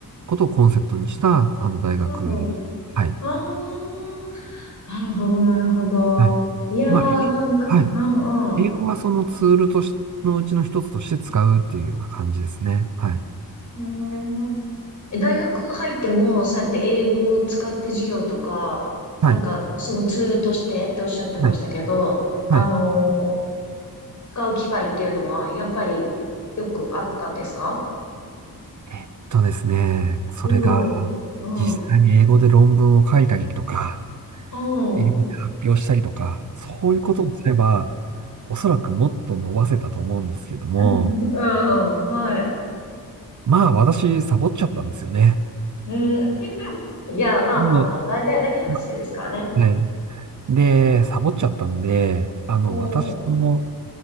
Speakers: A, on the right; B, on the left.
A: ことをコンセプトにした、あの、大学でした。
B: うん、うん。
A: はい。
B: ああ、なるほど、なるほど。
A: はい。
B: いやー、
A: まあ、
B: なんか、
A: え、はい。
B: うんう
A: 英語はそのツールとし、のうちの一つとして使うっていうような感じですね。はい。
B: ん。へーえ、大学入っても、そうやって英語を使って授業とか、
A: はい。
B: なんか、そのツールとしてっておっしゃってましたけど、
A: はい。
B: あのー
A: はい。
B: 使う機会っていうのは、やっぱりよくあったんですか
A: えっとですね、それが、
B: うん、うん、
A: 実際に英語で論文を書いたりとか、
B: うん、うん、
A: 英語で発表したりとか、そういうことをすれば、おそらくもっと伸ばせたと思うんですけども、
B: うん、うんはい。
A: まあ私、サボっちゃったんですよね。
B: うん。<laughs> いや、まあまあまあ、
A: も
B: 外大だけのせいですからね。
A: う、まはいで、サボっちゃったんで、あの、
B: うん、
A: 私の、